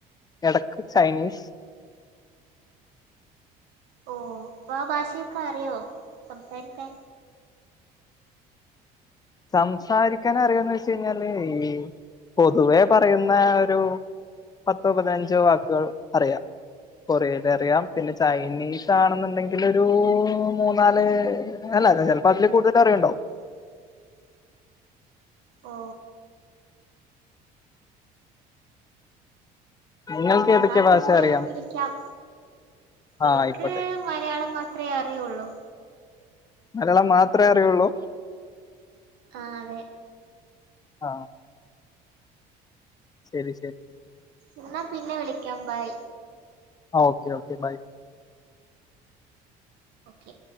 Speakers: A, on the left; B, on the right.
A: എടക്ക് ചൈനീസ്
B: ഓ ഇപ്പൊ ആ ഭാഷയൊക്കെറിയോ സംസാരിക്കാൻ
A: സംസാരിക്കാൻ അറിയൊന്ന് ചോയിച്ച് കഴിഞ്ഞാല് ഈ പൊതുവേ പറയുന്ന ഒരു പത്തോ പതിനഞ്ചോ വാക്ക്കൾ അറിയാം കൊറിയൽ അറിയാം പിന്നെ ചൈനീസ് ആണെന്നുണ്ടെങ്കിൽ ഒരു മൂന്നാല് അല്ല ചിലപ്പോ അതില് കൂടുതൽ അറിയ്ണ്ടാകും
B: <inaudible> ഓ
A: നിങ്ങൾക്ക്
B: എന്നാ
A: ഏതൊക്കെ
B: പിന്നെ
A: ഭാഷ അറിയാം
B: വിളിക്കാം
A: ആ
B: എനിക്ക്
A: ആയിക്കോട്ടെ
B: മലയാളം മാ ത്രേ അറിയൊള്ളൂ
A: മലയാളം മാത്രമേ അറിയുള്ളൂ
B: ആ അതെ
A: ആ ശരി ശരി
B: എന്നാ പിന്നെ വിളിക്കാം bye
A: okay okay bye
B: okay